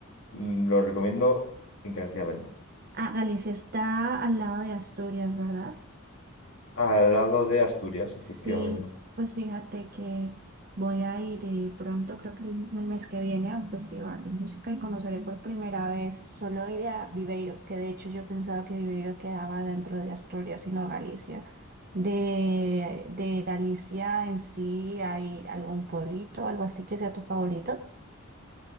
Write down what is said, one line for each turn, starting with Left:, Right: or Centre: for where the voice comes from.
Left: mm, lo recomiendo encarecidamente.
Right: Ah, Galicia está al lado de Asturias, ¿verdad?
Left: Al lado de Asturias, efectivamente.
Right: Sí, pues fíjate que voy a ir eh, pronto, creo que el, el mes que viene, a un festival de música y conoceré por primera vez, solo iré a Viveiro, que de hecho yo pensaba que Viveiro quedaba dentro de Asturias y no Galicia. De, de Galicia en sí, ¿hay algún pueblito, algo así que sea tu favorito?